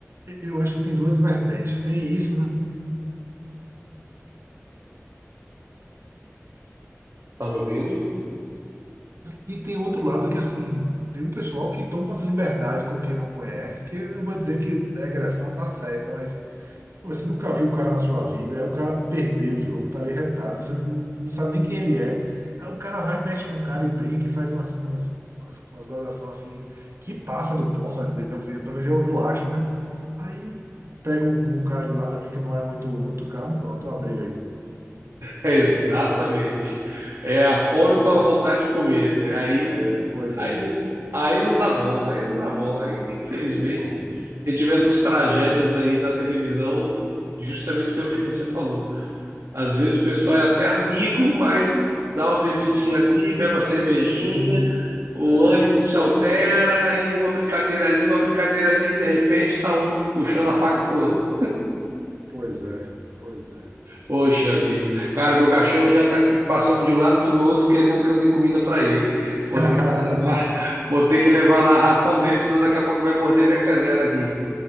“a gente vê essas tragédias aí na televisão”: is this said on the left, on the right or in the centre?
Right